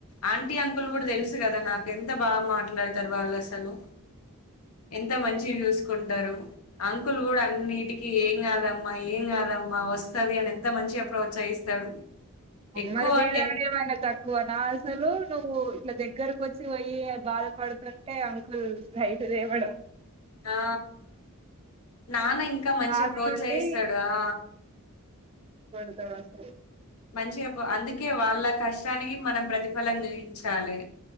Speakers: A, on the left (about 80°); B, on the right (about 25°).
A: ఆంటీ అంకుల్ కూడా తెలుసు కదా నాకు ఎంత బా మాట్లాడతారు వాళ్ళు అస్సలు. ఎంత మంచి న్యూస్. ఉంటారు అంకుల్ కూడా అన్నీటికి ఏం కాదమ్మా ఏం కాదమ్మా వస్తాది అని ఎంత మంచిగ ప్రోత్సహిస్తాడు. ఎక్కువ
B: మరి మీరే
A: టెన్
B: ఏమైనా తక్కువ నా అసలు నువ్వు ఇట్ల దగ్గరికొచ్చి పోయి బాధపడుతుంటే అంకుల్ బయట తేవడం.
A: ఆ... నాన్న ఇంకా మంచిగా
B: బాధ
A: ప్రోత్సహిస్తాడు
B: నుండి
A: ఆ...
B: తోవ
A: మంచిగా అందుకే వాళ్ళ కష్టానికి మనం ప్రతిఫలం చేయించాలి